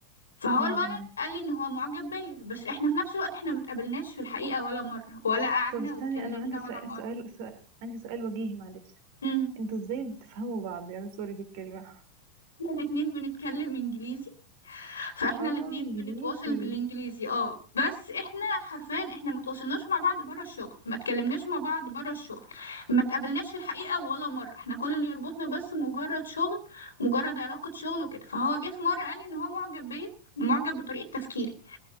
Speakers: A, on the left; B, on the right.
A: فهو
B: امم
A: الولد قال لي ان هو معجب بيا بس احنا في نفس الوقت احنا ما اتقابلناش في الحقيقه ولا مره ولا قعدنا
B: طب استني
A: واتكلمنا
B: انا عندي سؤال,
A: ولا مره
B: سؤال, سؤال عندي سؤال وجيهي معلش
A: <laughs>
B: انتوا ازاي بتفهموا بعض يعني سوري في الكلمة
A: احنا الاتنين بنتكلم انجليزي فاحنا
B: اه
A: الاتنين
B: انجليزي
A: بنتواصل بالانجليزي اه بس احنا حرفيا احنا متواصلناش مع بعض بره الشغل ما اتكلمناش مع بعض بره الشغل ما اتقابلناش في الحقيقة ولا مرة احنا كل اللي يربطنا بس مجرد شغل مجرد علاقة شغل وكده فهو جه في مرة قال لي ان هو معجب بيا معجب بطريقة تفكيري